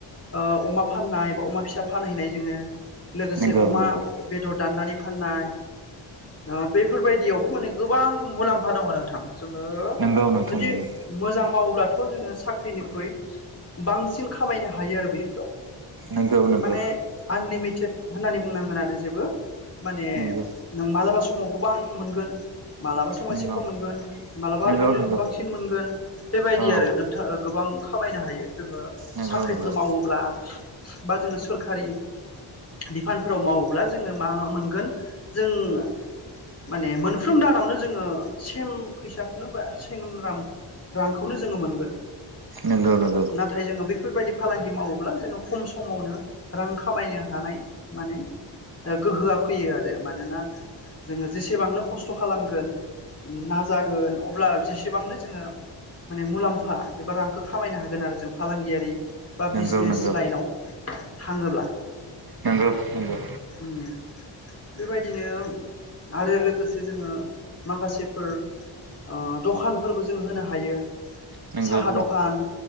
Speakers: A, on the left (about 30°); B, on the right (about 45°).
A: ओ अमा फाननाय बा अमा फिसा फानहैनाय जोंनो लोगोसे
B: नंगौ
A: अमा
B: नंगौ
A: बेदर दाननानै फाननाय ओ बेफोरबायदियावबो माने गोबां मुलाम्फा दङ नोंथां। जोङो
B: नंगौ नोंथां
A: जुदि
B: नंगौ
A: मोजां मावोब्लाथ' बेखौ जोङो साख्रिनिख्रुइ बांसिन खामायनो हायो आरो बेफोराव
B: नंगौ नंगौ
A: माने आनलिमिटेड होननानै बुंनांगोन आरो जेबो माने
B: नंगौ
A: नों मालाबा समाव गोबां मोनगोन। मालाबा
B: नंगौ
A: एसे खम मोनगोन मालाबा
B: नंगौ
A: आरो
B: नंगौ
A: बांसिन मोनगोन बेबायदि आरो
B: औ
A: नों गोबां खामायनो हायो जोङो
B: नंगौ
A: साख्रिफोर
B: नंगौ
A: मावोब्ला बा जोङो सोररखारि बिफानफोराव मावोब्ला जोङो मा मोनगोन जों माने मोनफ्रोम दानावनो जोङो सेम फैसाखौनो बा सेम रां रांखौनो जोङो मोनगोन।
B: नोंगौ नोंगौ।
A: नाथाय जोङो बेफोरबायदि फालांगि मावोब्ला जोङो खम समावनो रां खामायनो हानाय माने गोहोआ फैयो आरो माने मानोना जोङो जेसेबांनो खस्थ' खालामगोन माने नाजागोन अब्ला जेसेबांनो जोङो माने मुलाम्फा एबा रांखौ खामायनो हागोन आरो जों फालांगियारि बा
B: नंगौ
A: बिजनेस
B: नंगौ
A: लाइनाव थाङोब्ला।
B: नोंगौ नोंंगौ।
A: उम बेबायदिनो आरो लोगोसे जोङो माखासेफोर ओ दखानफोरबो जों होनो हायो।
B: नंगौ
A: साहा
B: नंगौ
A: दखान